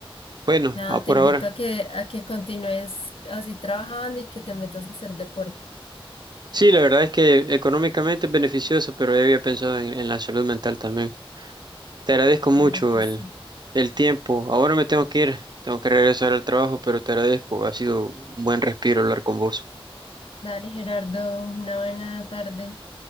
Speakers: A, on the right; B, on the left.
A: Bueno,
B: Nada,
A: a por
B: te invito
A: ahora.
B: a que, a que continúes así trabajando y que te metas a hacer deporte.
A: Sí, la verdad es que económicamente es beneficioso, pero ya había pensado en, en la salud mental también. Te agradezco mucho
B: Claro que
A: el,
B: sí.
A: el tiempo. Ahora me tengo que ir, tengo que regresar al trabajo, pero te agradezco. Ha sido un buen respiro hablar con vos.
B: Dale, Gerardo, una buena tarde.